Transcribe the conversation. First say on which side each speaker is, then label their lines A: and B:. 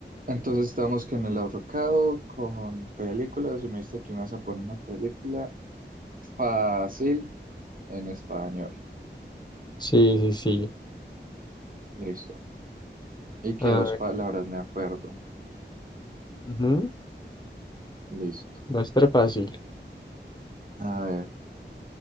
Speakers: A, on the right; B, on the left.
A: Entonces estamos que en el ahorcado con películas y me dijiste que me vas a poner una película fácil en español.
B: Sí, sí, sí.
A: Listo. Y que
B: A
A: dos
B: ver,
A: palabras me acuerdo.
B: ujú,
A: Listo.
B: Va a estar fácil.
A: A ver,